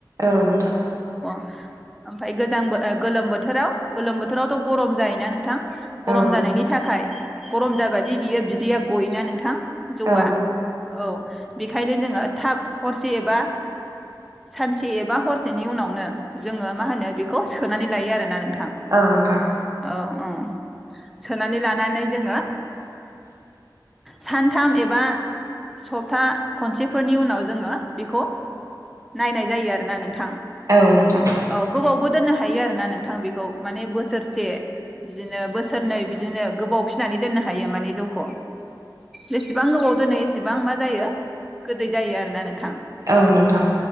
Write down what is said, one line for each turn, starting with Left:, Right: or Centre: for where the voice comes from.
Right: औ नोंथां।
Centre: आमफाय गोजांबो ओ गोलोम बोथोराव गोलोम बोथोरावथ' गरम जायोना नोंथां। गरम
Right: औ नोंथां
Centre: जानायनि थाखाय गरम जाबादि बियो बिदैया गयोना नोंथां। जौवा।
Right: औ
Centre: औ बेखायनो जोङो थाब हरसे एबा सानसे एबा हरसेनि उनावनो जोङो मा होनो बेखौ सोनानै लायो आरोना नोंथां।
Right: औ नोंथां
Centre: औ ओ। सोनानै ला नानै जोङो सानथाम एबा सबथा खनसेफोरनि उनाव जोंङो बेखौ नायनाय जायो आरोना नोंथां
Right: औ नोंथां
Centre: औ गोबावबो दोननो हायो आरोना नोंथां बे खौ। माने बोसोरसे बिदिनो बोसोरनै बिदिनो गोबाव फिसिनानै दोननो हायो माने जौखौ जेसेबां गोबाव दोनो एसेबां मा जायो गोदै जायो आरोना नोंथां।
Right: औ नोंथां।